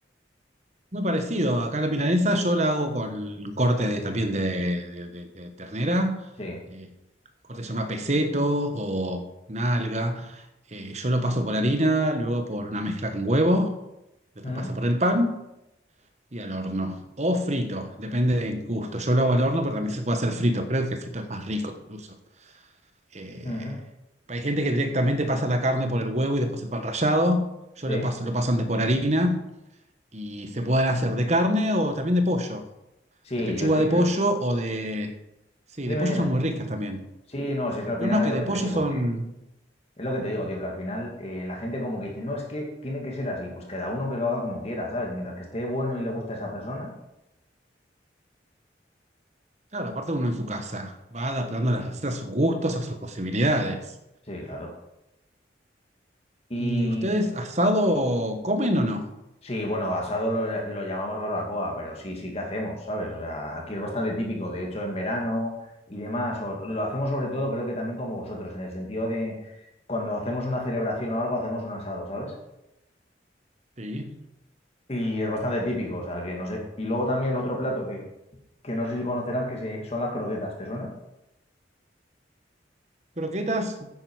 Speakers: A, on the right; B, on the left.
A: Muy parecido. Acá la milanesa yo la hago con corte de, también de, de- de- de ternera.
B: Sí.
A: eh, corte se llama peseto o nalga. eh, yo lo paso por harina, luego por una mezcla con huevo, después
B: Ujú,
A: pasa por el pan Y al horno. O frito, depende del gusto. Yo lo hago al horno, pero también se puede hacer frito. Creo que frito es más rico incluso. Eh,
B: ujú,
A: hay gente que directamente pasa la carne por el huevo y después el pan rallado. Yo
B: Sí.
A: le paso, lo paso antes por harina. Y se pueden hacer de carne o también de pollo.
B: Sí,
A: De pechuga
B: yo es que
A: de pollo
B: creo.
A: o de... Sí,
B: Dime,
A: de pollo
B: dime.
A: son muy ricas también.
B: Sí, no, si es que al final
A: No, no,
B: es
A: que
B: lo
A: de
B: que
A: pollo
B: te digo,
A: son...
B: Es lo que te digo, tío, que al final eh, la gente como que dice, no, es que tiene que ser así, pues cada uno que lo haga como quiera, ¿sabes? Mientras que esté bueno y le guste a esa persona.
A: Claro, aparte uno en su casa. Va adaptando las recetas a sus gustos, a sus posibilidades.
B: Sí, claro. Y
A: ¿Y ustedes asado comen o no?
B: sí, bueno, basado lo, lo llamamos barbacoa, pero sí, sí que hacemos, ¿sabes? O sea, aquí es bastante típico, de hecho, en verano y demás, o- lo hacemos sobre todo, creo que también como vosotros, en el sentido de cuando hacemos una celebración o algo, hacemos un asado, ¿sabes?
A: Sí.
B: Y es bastante típico, o sea, que no sé. Y luego también otro plato que, que no sé si conocerás, que se- son las croquetas, ¿te suena?
A: Croquetas,